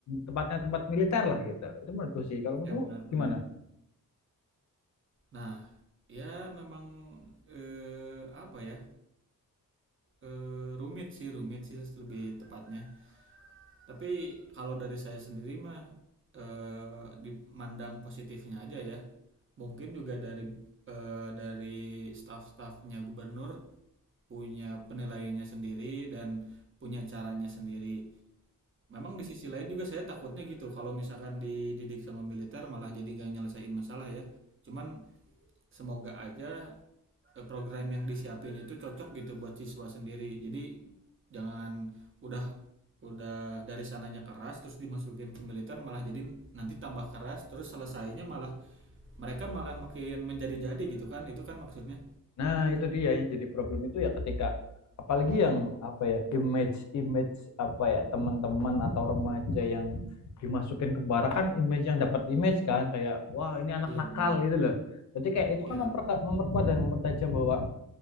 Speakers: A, on the left; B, on the right.
A: tempatnya tempat militer lah gitu. Itu menurutku sih. Kalau menurutku
B: Ya benar benar.
A: gimana?
B: Nah, ya memang eh, apa ya? eh, rumit sih, rumit sih lebih tepatnya. Tapi kalau dari saya sendiri mah eh, dimandang positifnya aja ya. Mungkin juga dari eh, dari staf-stafnya gubernur punya penilaiannya sendiri dan punya caranya sendiri. Memang di sisi lain juga saya takutnya gitu kalau misalkan dididik sama militer malah jadi nggak nyelesain masalah ya. Cuman semoga aja eh, program yang disiapin itu cocok gitu buat siswa sendiri. Jadi jangan udah udah dari sananya keras terus dimasukin ke militer malah jadi nanti tambah keras terus selesainya malah mereka malah makin menjadi-jadi gitu kan. Itu kan maksudnya.
A: Nah, itu dia yang jadi problem itu ya ketika apalagi yang apa ya image image apa ya teman-teman atau remaja yang dimasukin ke barak kan image yang dapat image kan kayak wah ini anak
B: Iya
A: nakal
B: benar.
A: itu loh. Jadi kayak itu kan
B: Iya.
A: memperka- memperkuat dan mempertajam bahwa